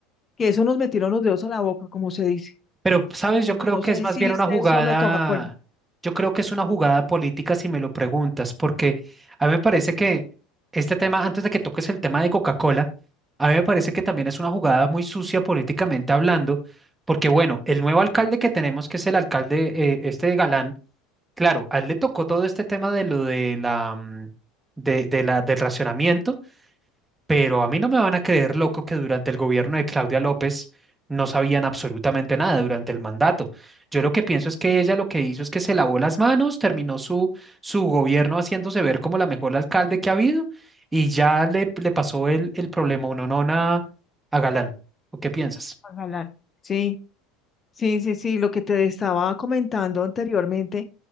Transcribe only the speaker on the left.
que eso nos metieron los dedos a la boca, como se dice,
porque
no
sé
si
viste
eso lo de Coca-Cola.
Galán. Sí, sí, sí, sí, lo que te estaba comentando anteriormente,